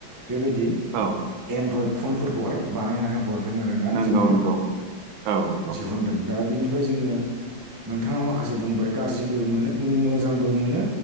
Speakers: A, on the right; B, on the right.
A: बेबायदि।
B: औ।
A: एनड्रइड फनफोरखौहाय बानायनानै हरदों आरो ना
B: नंगौ
A: जोंनो
B: नंगौ औ नंगौ
A: दिहुनदों। दा बिनिफ्राय जोङो नोंथाङा माखासे बुंबाय गाज्रिबो मोनो मोजांबो मोनो।